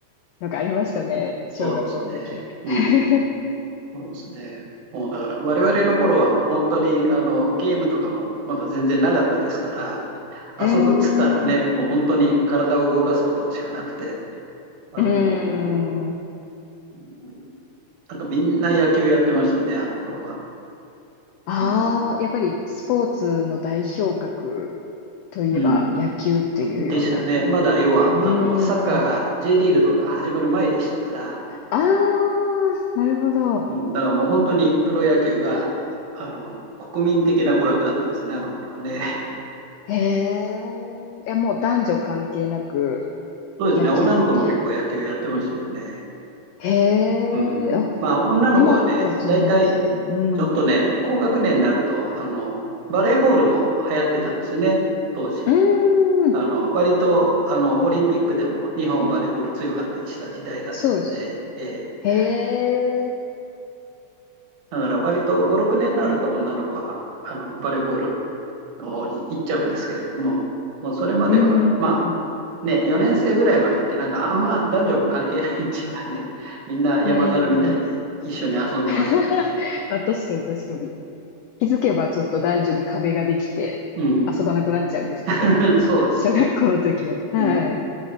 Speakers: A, on the left; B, on the right.
A: のがありましたね。小学校の時は。
B: そうですね。うんうん。
A: <laughs>
B: そうですね。もうだから我々の頃はもう本当にあのゲームとかもまだ全然なかったですから、遊ぶっつったらね、
A: うーん、う
B: もう本当に体を動かすことしかなくて、あの
A: ーん。
B: うんなんかみんな野球やってましたね、あの頃は。
A: ああ、
B: うん。
A: やっぱりスポーツの代表格といえば野球っていうような。
B: うんでしたね。まだ要は、
A: うーん。
B: あの、サッカーが J リーグとか始まる前でしたから、
A: ああ、なるほど。
B: うん、だからもう本当にプロ野球が、あの、国民的な娯楽だったですね、あの頃はね。
A: へえ。いや、もう男女関係なく
B: そうですね、
A: 野球っていう。
B: 女の子も結構野球やってましたよね。
A: へえ。
B: うん。まあ、女の子はね、
A: 今はそう、
B: 大体、
A: 珍しいですね。うん。
B: ちょっとね、高学年になると、あの、バレーボールも流行ってたんですよね、当時。
A: うー
B: あの、
A: ん。
B: 割と、あの、オリンピックでも日本バレーボール強かったりした時代だったんで、
A: そうです。
B: えー
A: へえ。
B: だから割と5、6年になると女の子は、あの、バレーボールの方に行っちゃうんですけれども、もうそれまでは、
A: うーん。
B: まあ、
A: う
B: ね、4年生ぐらいまでってなんかあんま男女も関係ないっていうかね、みんな山猿みたいに一緒に遊んでましたね。
A: ーん。<laughs> あ、確かに確かに。気づけばちょっと男女に壁ができて遊ばなくなっちゃうんですけどね。
B: うん。<laughs> そうですね。
A: 小学校の時は。はい。
B: うん。
A: う